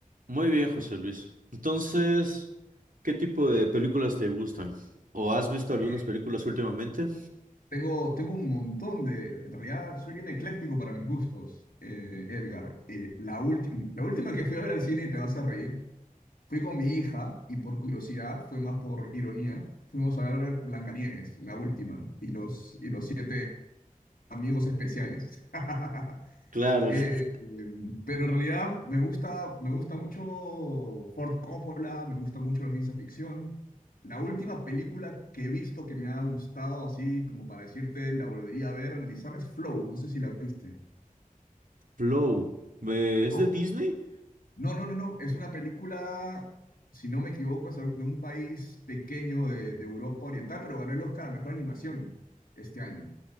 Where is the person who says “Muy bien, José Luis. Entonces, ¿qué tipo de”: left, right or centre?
Right